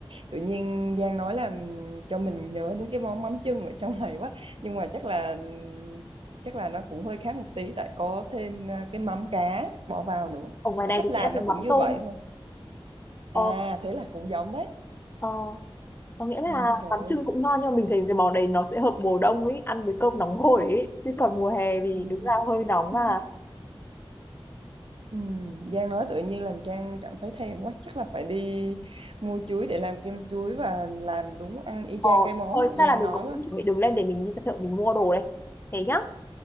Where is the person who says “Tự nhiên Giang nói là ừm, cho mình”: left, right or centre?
Right